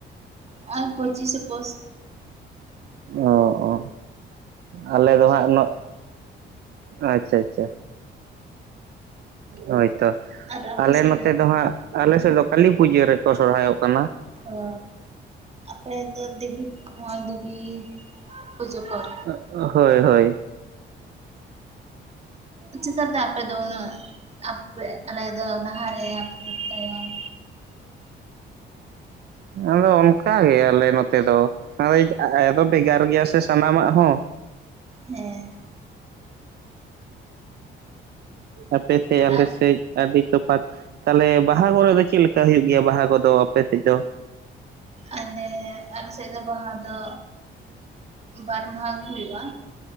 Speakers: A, on the right; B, on the right.
A: ᱦᱚᱸᱜᱼᱚᱭ ᱯᱚᱪᱤᱥᱮ ᱯᱳᱥ᱾
B: ᱚ ᱚ ᱟᱞᱮ ᱫᱚ ᱦᱟᱸᱜ ᱩᱱᱟᱹᱜ ᱟᱪᱷᱟ ᱪᱟ ᱦᱳᱭᱛᱚ
A: ᱟᱨ ᱟᱯᱮ
B: ᱟᱞᱮ
A: ᱥᱮᱫ
B: ᱱᱚᱛᱮ ᱫᱚ ᱦᱟᱸᱜ ᱟᱞᱮ ᱥᱮᱜ ᱫᱚ ᱠᱟᱹᱞᱤ ᱯᱩᱡᱟᱹ ᱨᱮᱠᱚ ᱥᱚᱨᱦᱟᱭᱚᱜ ᱠᱟᱱᱟ᱾
A: ᱚ ᱟᱯᱮ ᱫᱚ ᱫᱮᱵᱤ <unintelligible> ᱫᱮᱵᱤ ᱯᱩᱡᱟᱹ ᱯᱚᱨ
B: ᱚᱜ ᱚᱜ ᱦᱳᱭ ᱦᱳᱭ
A: ᱪᱤᱠᱟ. ᱛᱮ ᱟᱯᱮ ᱫᱚ ᱩᱱᱟᱹᱜ ᱟᱯᱮ ᱟᱞᱮ ᱫᱚ ᱞᱟᱦᱟᱨᱮ ᱟᱯᱮ ᱫᱚ ᱛᱟᱭᱚᱢ?
B: ᱟᱫᱚ ᱚᱱᱠᱟ ᱜᱮ ᱟᱞᱮ ᱱᱚᱛᱮ ᱫᱚ᱾ ᱦᱳᱭ ᱟ ᱟᱫᱚ ᱵᱷᱮᱜᱟᱨ ᱜᱮᱭᱟ ᱥᱮ ᱥᱟᱱᱟᱢᱟᱜ ᱦᱚᱸ᱾
A: ᱦᱮᱸ
B: ᱟᱯᱮ ᱥᱮᱜ ᱟᱞᱮ
A: ᱟᱨ
B: ᱥᱮᱜ᱾ ᱟᱹᱰᱤ ᱛᱚᱯᱷᱟᱛ ᱛᱟᱞᱦᱮ ᱵᱟᱦᱟ ᱠᱚᱨᱮ ᱫᱚ ᱪᱮᱜ ᱞᱮᱠᱟ ᱦᱩᱭᱩᱜ ᱜᱮᱭᱟ ᱵᱟᱦᱟ ᱠᱚᱫᱚ ᱟᱯᱮ ᱥᱮᱜ ᱫᱚ?
A: ᱟᱞᱮ ᱟᱞᱮᱥᱮᱜ ᱫᱚ ᱵᱟᱦᱟ ᱫᱚ ᱵᱟᱨ ᱢᱟᱦᱟ ᱜᱮ ᱦᱩᱭᱩᱜᱼᱟ᱾